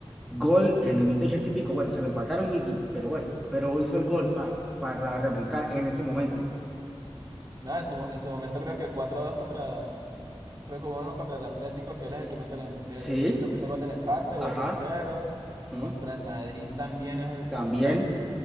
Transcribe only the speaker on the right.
No, en su, en su momento creo que 4 dos contra, creo que hubo uno contra el Atlético, que él es el que mete el, em- el-
creo que mete gol del empate o
el tercero.
Contra el Madrid también es el
que, o sea, él